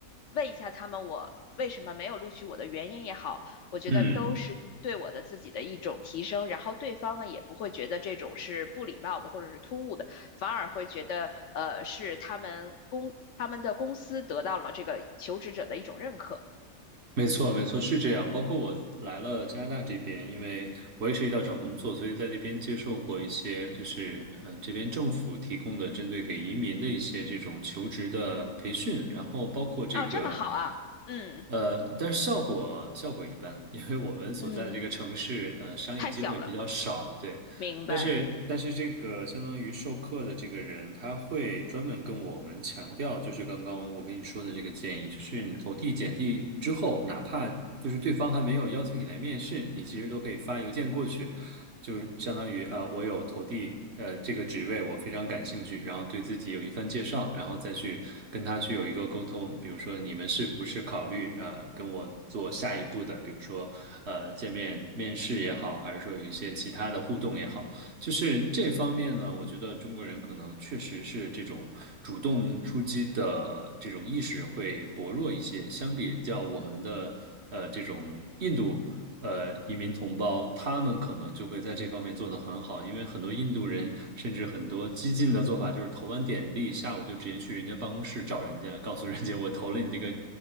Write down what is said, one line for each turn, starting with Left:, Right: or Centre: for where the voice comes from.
Left: 问一下他们我为什么没有录取我的原因也好。我觉得都是对我的自己的一种提升，
Right: 嗯。
Left: 然后对方呢也不会觉得这种是不礼貌的或者是突兀的，反而会觉得呃是他们公他们的公司得到了这个求职者的一种认可。
Right: 没错，没错，是这样。包括我来了加拿大这边，因为我也涉及到找工作，所以在这边接受过一些，就是嗯，这边政府提供的针对给移民的一些这种求职的培训，然后包括这个。
Left: 哦，这么好啊，嗯
Right: 呃，但是效果效果一般，<laughs> 因为我们所在的这个城市，
Left: 嗯，
Right: 呃，商业机会比较少，
Left: 太小了，
Right: 对。
Left: 明白。
Right: 但是但是这个相当于授课的这个人，他会专门跟我们强调，就是刚刚我跟你说的这个建议，就是你投递简历之后，哪怕就是对方还没有邀请你来面试，你其实都可以发邮件过去，就是相当于呃，我有投递呃这个职位，我非常感兴趣，然后对自己有一番介绍，然后再去跟他去有一个沟通，比如说你们是不是考虑呃跟我做下一步的，比如说呃见面面试也好，还是说有一些其他的互动也好。就是这方面呢，我觉得中国人可能确实是这种主动出击的这种意识会薄弱一些，相比较我们的呃这种印度呃移民同胞，他们可能就会在这方面做得很好，因为很多印度人甚至很多激进的做法就是投完简历，下午就直接去人家办公室找人家，告诉人家我投了你这个